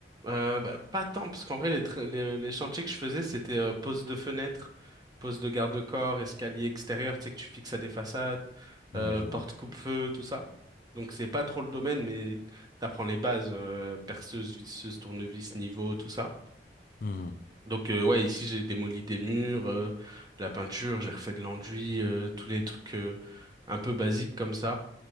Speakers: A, on the right; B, on the left.
A: Euh, bah, pas tant, parce qu'en vrai, les, tra- les, les chantiers que je faisais, c'était euh, pose de fenêtre, pose de garde-corps, escalier extérieur, tu sais, que tu fixes à des façades,
B: Ouais,
A: euh,
B: je
A: porte
B: vois.
A: coupe-feu, tout ça. Donc, c'est pas trop le domaine, mais t'apprends les bases, euh, perceuse, visseuse, tournevis, niveau, tout ça.
B: Mhm.
A: Donc, euh, ouais, ici, j'ai démoli des murs, euh, la peinture, j'ai refait de l'enduit, euh, tous les trucs euh, un peu basiques comme ça.